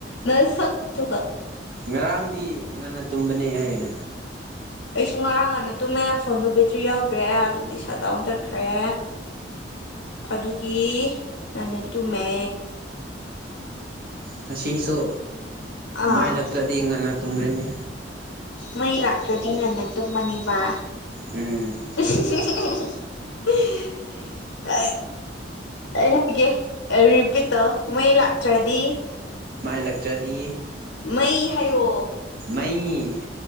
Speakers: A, on the left; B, on the right.
A: ꯅꯁꯛ ꯇꯨ ꯀ
B: ꯉꯔꯥꯡꯗꯤ ꯉꯟꯅ ꯇꯨꯝꯕꯅꯦ ꯑꯩ
A: ꯑꯩꯁꯨ ꯉꯔꯥꯡ ꯉꯥꯟꯅ ꯇꯨꯝꯃꯦ ꯐꯣꯟꯗꯣ ꯕꯦꯇ꯭ꯔꯤ ꯌꯥꯎꯗ꯭ꯔꯦ ꯑꯗꯨꯒꯤ ꯁꯠ ꯗꯥꯎꯟ ꯆꯠꯈ꯭ꯔꯦ ꯑꯗꯨꯒꯤ ꯉꯟꯅ ꯇꯨꯝꯃꯦ
B: ꯉꯁꯤꯁꯨ
A: ꯑꯥ
B: ꯃꯥꯏꯂꯛꯇ꯭ꯔꯗꯤ ꯉꯟꯅ ꯇꯨꯝꯔꯅꯤ
A: ꯃꯩ ꯂꯥꯛꯇ꯭ꯔꯗꯤ ꯉꯟꯅ ꯇꯨꯝꯃꯅꯤꯕ
B: ꯎꯝ
A: <unintelligible> ꯑ ꯑꯩ ꯍꯥꯏꯒꯦ ꯔꯤꯄꯤꯠ ꯇꯧ ꯃꯩ ꯂꯥꯛꯇ꯭ꯔꯗꯤ
B: ꯃꯥꯏꯂꯛꯇ꯭ꯔꯗꯤ
A: ꯃꯩ ꯍꯥꯏꯌꯣ
B: ꯃꯩ